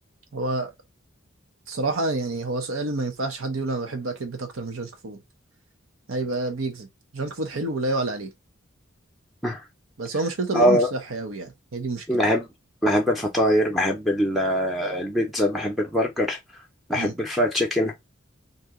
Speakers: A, on the right (about 85°); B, in the centre.
A: هو صراحة يعني هو سؤال ما ينفعش حد يقول انا بحب اكل البيت اكتر من جانك فود هيبقى بيكذب جانك فود حلو ولا يعلى عليه
B: <laughs>
A: بس هو مشكلته ان
B: اه
A: هو مش صحي قوي يعني هي دي المشكلة
B: بحب بحب الفطاير بحب ال- آه، البيتزا بحب البرجر بحب
A: مم.
B: الفرايد تشيكن